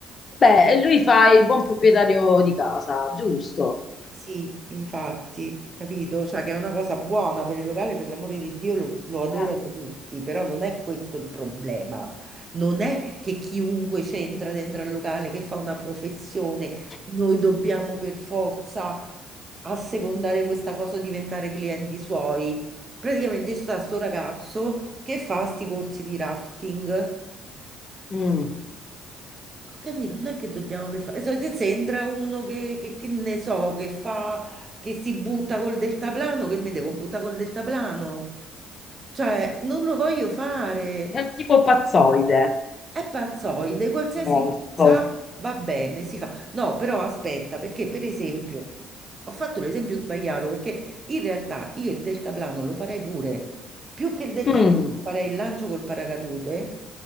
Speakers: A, on the left (about 45°); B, on the right (about 35°).
A: Beh, lui fa il buon proprietario di casa, giusto?
B: Sì, infatti, capito? Cioè che è una cosa buona per il locale, per l'amore di Dio, lo, lo adorano
A: Ah.
B: tutti, però non è questo il problema. Non è che chiunque c'entra dentro al locale, che fa una professione,
A: sì.
B: noi dobbiamo per forza assecondare questa cosa, diventare clienti suoi. Praticamente c'è sta sto ragazzo che fa sti corsi di rafting.
A: Mm.
B: Ho capito, non è che dobbiamo per fare. Se se entra uno che, che- che ne so, che fa, che si butta col deltaplano, che mi devo buttare col deltaplano? Cioè, non lo voglio fare.
A: È un tipo pazzoide,
B: È pazzoide, qualsiasi
A: Mm. molto.
B: cosa va bene, si fa. No, però aspetta, perché per esempio, ho fatto l'esempio sbagliato, perché in realtà io il deltaplano lo farei pure. Più che il deltaplano
A: Mm.
B: farei il lancio col paracadute.